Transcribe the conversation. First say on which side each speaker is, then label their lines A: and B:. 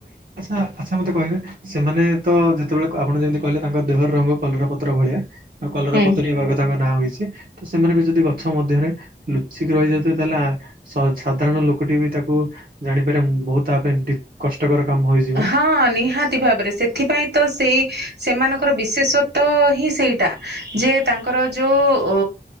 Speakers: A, on the right (about 55°); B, on the right (about 70°).
A: ଆଚ୍ଛା ଆଚ୍ଛା ମତେ କହିବେ ସେମାନେ ତ ଯେତେବେଳକୁ ଆପଣ ଯେମିତି କହିଲେ ତାଙ୍କ ଦେହ ରଙ୍ଗ କଲରା ପତ୍ର ଭଳିଆ ଆଉ କଲରା
B: ହୁଁ।
A: ପତରୀ ବାଘ ତାଙ୍କ ନାଁ ହୋଇଛି। ତ ସେମାନେ ବି ଯଦି ଗଛ ମଧ୍ୟରେ ଲୁଚିକି ରହିଯାଉଥାଏ ତାହେଲେ ଆ ସ ସାଧାରଣ ଲୋକଟିଏ ବି ତାକୁ ଜାଣିପାରେ ବହୁତ ତା ପାଇଁ କଷ୍ଟକର କାମ ହୋଇଯିବ।
B: ହଁ ନିହାତି ଭାବରେ ସେଥିପାଇଁ ତ ସେଇ ସେମାନଙ୍କର ବିଶେଷତ୍ତ ହିଁ ସେଇଟା ଯେ ତାଙ୍କର ଯୋଉ ଅ